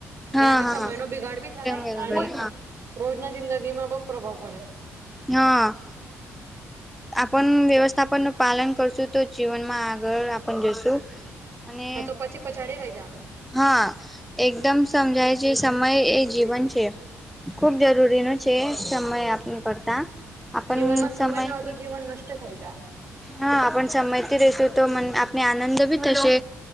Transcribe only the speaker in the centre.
હા
હા
એકદમ
બરાબર
હા આપણ વ્યવસ્થાપન નું પાલન કરશું તો જીવનમાં આગળ આપ જશું અને
હા એકદમ સમજાય છે સમય એ જીવન છે. ખુબ જરૂરી ન છે સમય આપ કરતા આપણ
સમયથી
હા આપ સમજતી રશું તો મ આપને આનંદ ભી થશે